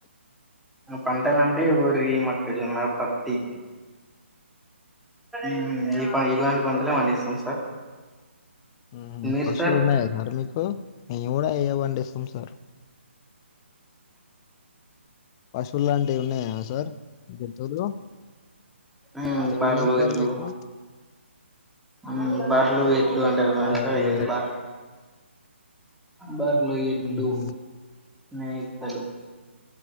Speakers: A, in the centre; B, on the left (about 25°).
A: పంటలంటే వరి క్కజొన్నా పత్తి మ్మ్మ్ ఈ ప ఇలాంటి పంటలే పండిస్తం సార్
B: ఉమ్
A: మీరు
B: పశువులున్నయా
A: సార్
B: సార్ మీకూ మేం గూడ అయ్యే పండిస్తం సార్ పశువుల్లాంటివున్నాయా సార్ జంతువులు
A: ఊ
B: ఏమున్నాయి
A: బర్లు
B: సార్
A: ఎడ్లు
B: మీకు
A: ఊ బర్లూ ఎడ్లూ అంటరు
B: బర్లు
A: <unintelligible> సార్ బర్లు ఎడ్లు
B: ఉహు
A: మేకలు